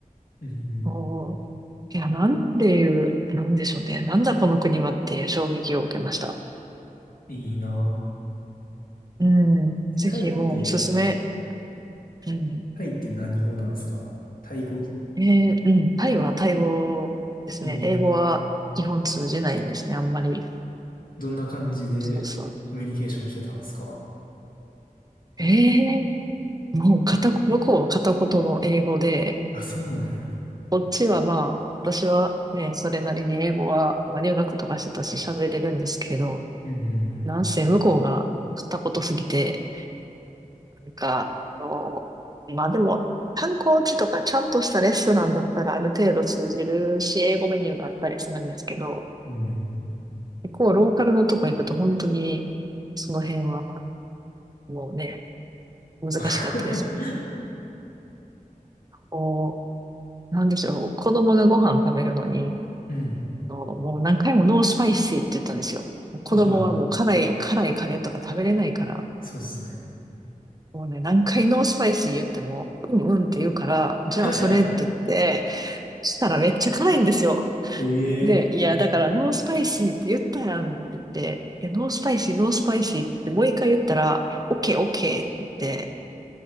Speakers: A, on the left; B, on the right.
A: うんうん。
B: もいや、なんていう、なんでしょうね。なんだこの国はっていう衝撃を受けました。
A: いいな。
B: うん。
A: え、
B: ぜひもうおすすめ。
A: タイって、
B: うん。
A: タイって何語なんすかタイ語
B: えーうん。タイはタイ語ですね。
A: えー
B: 英語は基本通じないですね。あんまり。
A: どんな感じでコミュニケーションしてたんすか
B: そうそう。えー、もう片、向こうは片言の英語で、
A: あ、そうなんや。
B: こっちはまあ、私はね、それなりに英語は、まあ、留学とかしてたし喋れるんですけど、
A: うん
B: なんせ向こうが片言すぎて、なんか、あの、まあでも、観光地とかちゃんとしたレストランだったらある程度通じるし、英語メニューがあったりするんですけど、
A: うん。うん。
B: 結構ローカルのとこ行くと本当に、その辺はもうね、難しかったです。
A: あ <laughs>
B: こう、なんでしょう、子供がご飯食べるのに、
A: うん。
B: あのもう何回もノースパイシーって言ったんですよ。子供はもう辛い、
A: あ、はい。
B: 辛いカレーとか食べれないから、
A: そうっすね。
B: もうね、何回ノースパイシー言っても、うんうんって言うから、じゃあそれって言って、
A: <laughs>
B: そしたらめっちゃ辛いんですよ。
A: ええ
B: で、いや、だから、ノースパイシーって言ったやんって言って、いや、ノースパイシー、ノースパイシーってもう一回言ったら、オッケー、オッケーって言って、